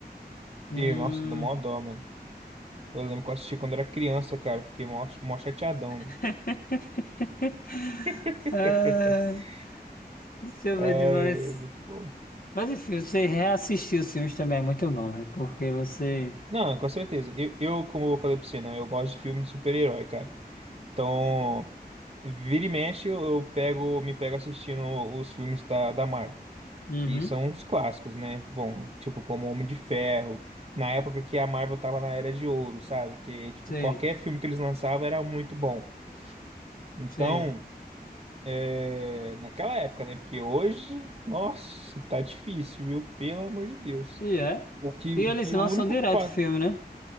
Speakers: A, on the left (about 60°); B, on the right (about 40°).
A: Hum...
B: e nossa, dá mó dó, mano. Eu lembro que eu assisti quando era criança, cara. Fiquei mó, mó chateadão, mano.
A: <laughs>
B: <laughs>
A: Ah, deixa eu
B: Ai,
A: ver demais.
B: é muito bom.
A: Mas enfim, você reassistir os filmes também é muito bom, é porque você...
B: Não, com certeza. Eu, eu, como eu falei pra você, né? Eu gosto de filme de super-herói, cara. Então, vira e mexe, eu, eu pego, me pego assistindo os filmes da, da Marvel,
A: Uhum,
B: que são os clássicos, né? Bom, tipo, como Homem de Ferro, na época que a Marvel tava na Era de Ouro, sabe? Que, tipo,
A: sei,
B: qualquer filme que eles lançavam era muito bom. Então,
A: sei.
B: é, naquela época, né? Porque hoje, nossa, tá difícil, viu? Pelo amor de Deus.
A: E é.
B: O que,
A: E
B: o
A: eles
B: que,
A: lançam
B: o único
A: direto
B: que passa.
A: o filme, né?